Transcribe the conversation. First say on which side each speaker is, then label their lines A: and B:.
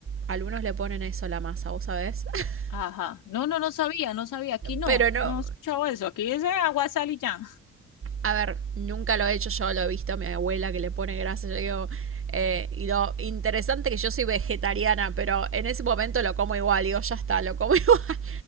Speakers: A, on the right; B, on the left.
A: algunos le ponen eso a la masa, vos sabés, <laughs>
B: Ajá. No, no, no sabía, no sabía. Aquí no,
A: pero
B: aquí
A: no,
B: no he escuchado eso. Aquí es eh, agua, sal y ya.
A: A ver, nunca lo he hecho yo, lo he visto a mi abuela que le pone grasa. Yo digo, eh, y lo interesante que yo soy vegetariana, pero en ese momento lo como igual. Digo, ya está, lo como igual. <laughs>